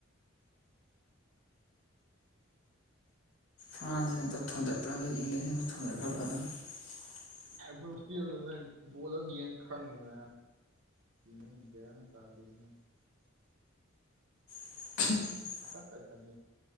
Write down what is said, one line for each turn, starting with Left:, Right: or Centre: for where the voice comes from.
Left: ꯐ꯭ꯔꯥꯟꯁꯁꯤ ꯑꯝꯇ ꯊꯣꯗꯠꯄ꯭ꯔꯒ ꯏꯪꯂꯦꯟꯁꯤ ꯑꯝ
Right: ꯑꯩꯈꯒꯤ
Left: <unintelligible>
Right: ꯈꯁ ꯅꯣꯠꯂꯝ ꯌꯦ ꯈꯪꯉꯦ ꯑꯗꯨꯝ ꯇꯥꯗꯅ
Left: <unintelligible>
Right: ꯇ ꯈꯅꯩ